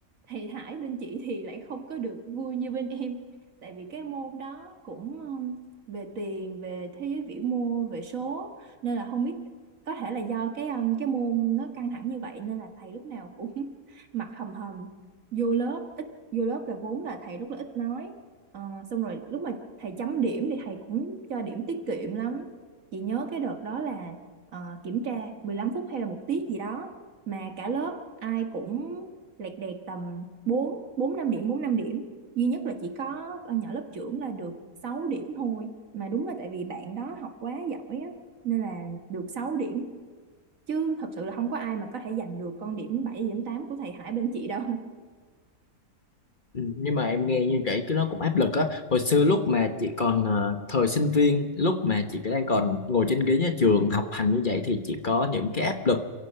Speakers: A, on the right; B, on the left.
A: thầy Hải bên chị thì lại không có được vui như bên em. Tại vì cái môn đó cũng ừm, về tiền, về thế giới vĩ mô, về số nên là không biết có thể là do cái ừm, cái môn nó căng thẳng như vậy nên là thầy lúc nào cũng <laughs> mặt hầm hầm vô lớp ít vô lớp là vốn là thầy rất là ít nói Ờ, xong rồi lúc mà thầy chấm điểm thì thầy cũng cho điểm tiết kiệm lắm chị nhớ cái đợt đó là ờ, kiểm tra 15 phút hay là một tiết gì đó mà cả lớp ai cũng lẹt đẹt tầm 4 bốn 5 điểm 4 5 điểm duy nhất là chỉ có con nhỏ lớp trưởng là được 6 điểm thôi mà đúng là tại vì bạn đó học quá giỏi á nên là được 6 điểm chứ thật sự là không có ai mà có thể giành được con điểm 7 điểm 8 của thầy Hải bên chị đâu
B: ừ, nhưng mà em nghe như vậy cái nó cũng áp lực á hồi xưa lúc mà chị còn ờ, thời sinh viên lúc mà chị đang còn ngồi trên ghế nhà trường học hành như vậy thì chị có những cái áp lực